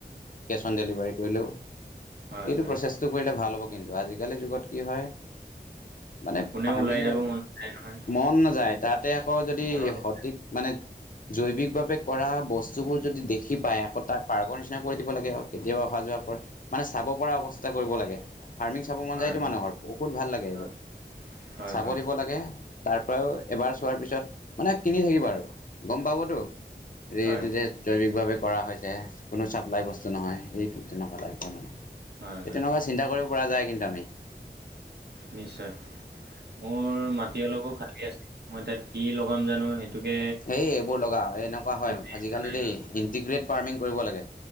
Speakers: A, on the left; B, on the right.
A: কেছ অন ডেলিভাৰী কৰিলেও
B: হয়
A: এইটো
B: হয়
A: প্ৰচেছটো কৰিলে ভাল হ'ব কিন্তু আজিকালি যুগত কি হয় মানে
B: কোনেও
A: ফাৰ্মিঙৰ
B: ওলাই যাব
A: এইটো
B: মন নাযায় নহয়
A: মন নাযায় তাতে আকৌ যদি
B: ঘৰলে
A: সঠিক য জৈৱিকভাৱে কৰা বস্তুবোৰ যদি দেখি পায় আকৌ তাৰ পাৰ্গৰ নিচিনা কৰি দিব লাগে কেতিয়াবা অহা যোৱা কৰে মানে চাব পৰা অৱস্থা কৰিব লাগে ফাৰ্মিং চাব মান
B: হয়
A: যায় তো
B: হয়
A: মানুহৰ বহুত ভাল লাগে এইবোৰ
B: হয় হয়
A: চাব
B: হয়
A: দিব লাগে তাৰ পৰাও এবাৰ চোৱাৰ পিছত মানে কিনি থাকিবা আৰু গম পাবতো এইটো
B: হয়
A: যে জৈৱিকভাৱে কৰা হৈছে কোনো চাপ্লাই বস্তু নহয় এইটো তেনেকুৱা টাইপৰ মানে
B: হয় হয়
A: তেনেকুৱা চিন্তা কৰিব পৰা যায় কিন্তু আমি
B: নিশ্চয় মোৰ মাটি অলপো খালী আছে মই তাত কি লগাম জানো সেইটোকে
A: সেই এইবোৰ লগাও এই এনেকুৱা হয়
B: বুজি
A: আজিকালি
B: পোৱা নাই
A: দেই ইণ্টিগ্ৰেট ফাৰ্মিং কৰিব লাগে